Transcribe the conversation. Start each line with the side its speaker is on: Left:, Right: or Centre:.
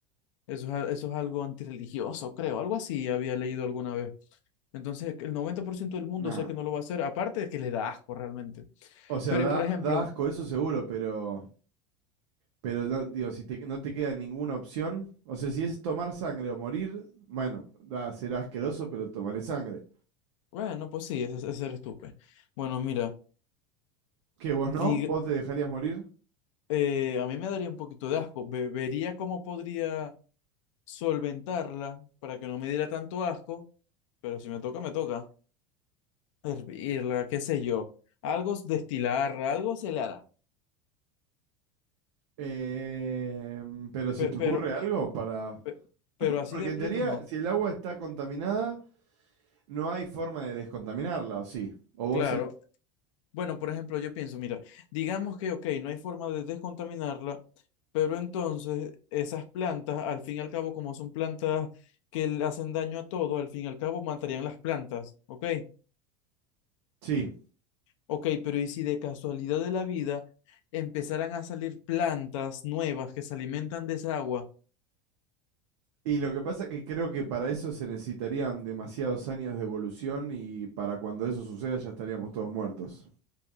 Left: Eso es, a- eso es algo antirreligioso, creo, algo así había leído alguna vez. Entonces, el 90% del mundo
Right: Nada.
Left: sé que no lo va a hacer, aparte de que le da asco realmente.
Right: O sea,
Left: Pero,
Right: da,
Left: y por ejemplo,
Right: da asco, eso seguro, pero, pero no, digo, si te, no te queda ninguna opción, o sea, si es tomar sangre o morir, bueno, da, será asqueroso, pero tomaré sangre.
Left: Bueno, pues sí, ese, ese eres tú, pues. Bueno, mira,
Right: ¿Qué, vos no?
Left: dig-
Right: ¿Vos te dejarías morir?
Left: eh, a mí me daría un poquito de asco. Ve- vería cómo podría solventarla para que no me diera tanto asco, pero si me toca, me toca. Hervirla, qué sé yo. Algo s- destilarla, algo se le hará.
Right: Eh, pero ¿se
Left: Pe-
Right: te ocurre
Left: Pero,
Right: algo para...?
Left: pe- pero, así
Right: Porque
Left: de pleno
Right: en teoría,
Left: no.
Right: si el agua está contaminada, no hay forma de descontaminarla, ¿o sí? O vos...
Left: Claro,
Right: se-
Left: Bueno, por ejemplo, yo pienso, mira, digamos que, ok, no hay forma de descontaminarla, pero entonces esas plantas, al fin y al cabo, como son plantas que le hacen daño a todo, al fin y al cabo matarían las plantas, ¿ok?
Right: Sí.
Left: Ok, pero ¿y si de casualidad de la vida empezaran a salir plantas nuevas que se alimentan de esa agua?
Right: Y lo que pasa es que creo que para eso se necesitarían demasiados años de evolución y para cuando eso suceda ya estaríamos todos muertos.